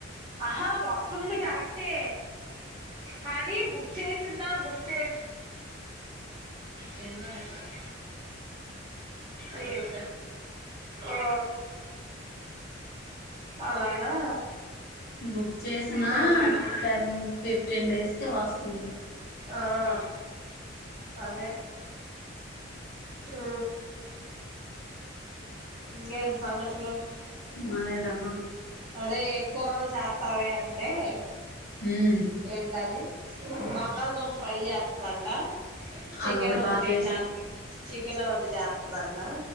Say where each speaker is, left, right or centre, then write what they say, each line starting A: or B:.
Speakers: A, on the right; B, on the left.
A: ఆహా వస్తుంది కరెక్టే కానీ బుక్ చేసిందా బుక్ చే! తన్నడందట? అయ్యో ఓ అలాగా!
B: బుక్ చేసిన
A: చెప్పింది
B: టెన్ ఫిఫ్టీన్ డేస్ క వస్తుంది.
A: ఆ.. అదే. ఆ. ఇంకేంటి సంగతులు
B: మరేటమ్మా
A: అదే ఏం కూరలు చెత్తవేమని ంట
B: ఉమ్
A: ఏంటది? బంగాల్దుంప ఫ్రై చేస్తుందంట చికెన్
B: అది ఒకటి
A: ఒకంటే
B: బాగా చేసిద్ది
A: చాత్ చికెన్ ఒకటి చేస్తందంట!